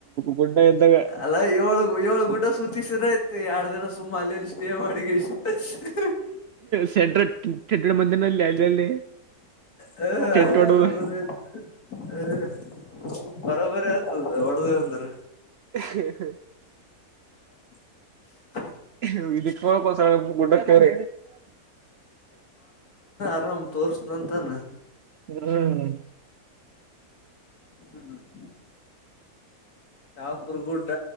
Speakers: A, on the right; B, on the left.
A: ಗುಡ್ಡ ಇದ್ದಾಗ
B: ಅಲ್ಲ ಏಳು ಏಳ ಗುಟ ಸುಚಿಸ ರ ಎರಡು ದಿನ ಸುಮ್ಮ ಅಲ್ಲಲ್ಲಿ ಸ್ಟೇ ಮಾಡಿಗೆ ಇಷ್ಟ
A: ಸೆಂಟ್ರ ಟೆಂಟ್ ಮಂದಿನಲ್ಲಿ ಅಲ್ಲಿ ಅಲ್ಲಿ
B: ಹ
A: ಟೆಂಟ್
B: ಅಲ್ಲಿಲ್ಲಿ
A: ಹೊಡದು
B: ನೋಡದ್ರ ಆಯ್ತ ಹ ಬರಬರಿ ಆತದ ಹೊಡದ ಅಂದ್ರ
A: ಹ ಹ
B: <unintelligible>
A: <unintelligible>
B: ಎಲ್ಲವನ್ನು ತೋರಿಸ್ತಾನ್ ತಾನೆ
A: ಹ್ಮ್
B: ಹು ಹು ಶಾಪುರ್ ಗುಡ್ಡ